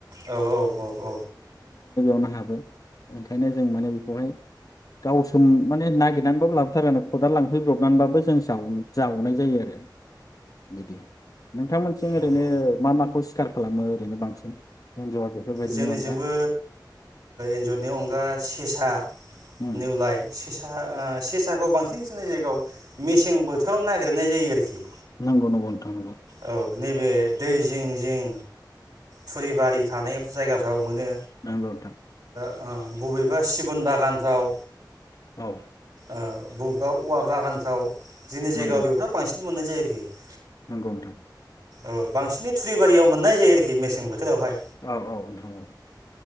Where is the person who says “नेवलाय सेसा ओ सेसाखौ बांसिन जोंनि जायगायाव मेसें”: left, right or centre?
Right